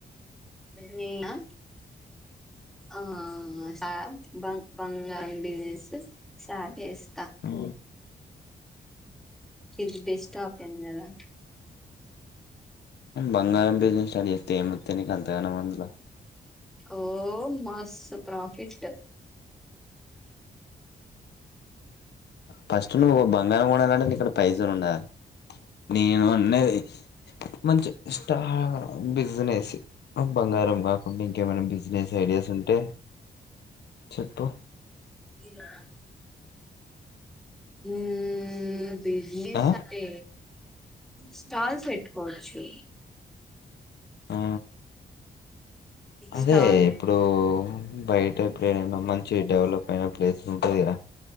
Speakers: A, in the centre; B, on the left.
A: నేనా ఆ ఆ ఆ ఆ బంగ్ బంగారం బిజినెస్ స్టార్ట్ చేసి
B: ఓ
A: ఇది బెస్ట ఆప్షన్ కదా
B: బంగారం బిజినెస్ స్టార్ట్ చేస్తే ఏమస్తే నకు అంతగానం మందులో
A: ఓ మస్తు ప్రాఫిట్
B: ఫస్ట్ నువ్వు బంగారం కూడాండాలంటేే ఇక్కడ పైసలు ఉండాలి నేను అన్నది మంచి ఇష్ట బిజినెస్ బంగారం కాకుండా ఇంకేమైనా బిజినెస్ ఐడియాస్ ఉంటే చెప్పు
A: ఇదా మ్మ్మ్మ్ బిజనిస్
B: ఆ
A: అంటే స్టాల్స్ పెట్టుకోవచ్చు
B: ఆ అదే
A: స్టాల్
B: ఇప్పుడూ బయట ఏదైనా మంచి డెవలప్ అయిన ప్లేస్ ఉంటది గదా